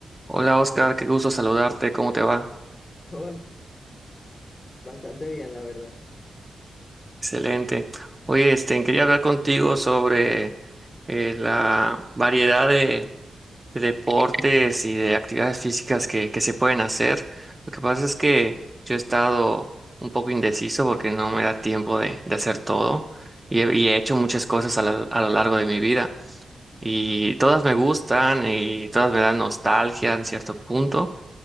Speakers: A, on the right; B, on the left.
A: Hola Oscar, qué gusto saludarte, ¿cómo te va?
B: Hola, bastante bien, la verdad.
A: Excelente. Oye, este, quería hablar contigo sobre eh, la variedad de, de deportes y de actividades físicas que, que se pueden hacer. Lo que pasa es que yo he estado un poco indeciso porque no me da tiempo de, de hacer todo y he, y he hecho muchas cosas a, la- a lo largo de mi vida y todas me gustan y todas me dan nostalgia en cierto punto